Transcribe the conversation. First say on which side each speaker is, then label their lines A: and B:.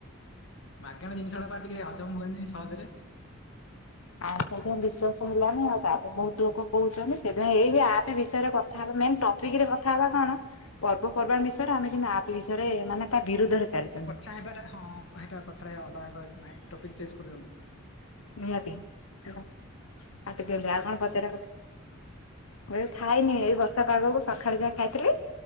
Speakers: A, on the left (about 60°); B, on the left (about 85°).
A: ମାଗେଣା ଜିନିଷ ଟା ପା ଟିକେ ଅ ହଜମ୍ ହୁଏନି ସହଜରେ।
B: ଆ ସେଇଥିପାଇଁ ବିଶ୍ଵାସ ହେଲାନି ଆଉ ତାପରେ ବୋହୁତ ଲୋକ କହୁଚନ୍ତି ସେଇଥିପାଇଁ ଏଇ ବି ଆପ୍ ବିଷୟରେ କ କଥା ହବା ମେନ୍ ଟପିକ୍ ରେ କଥା ହବା କଣ? ପର୍ବପର୍ବାଣି ବିଷୟରେ ଆମେ କିନ୍ତୁ ଆପ୍ ବିଷୟରେ ମାନେ ତା ବିରୁଦ୍ଧରେ ଚାଲିଛନ୍ତି
A: କଥା ହେବାଟା ହଁ ହେଟା କଥାଟା ଅଲଗା କ ନାଇଁ ଟପିକ୍ ଚେଞ୍ଜ କରିଦିଅନ୍ତୁ।
B: ନିହାତି ହେଲା କାଟି ଦିଅନ୍ତୁ ଆଉ କଣ ପଚାରିବା କଥା ବେଳୁ ଖାଇନି ଏଇ ବର୍ଷା ପାଗକୁ ସଖାଳେ ଯା ଖାଇଥିଲି।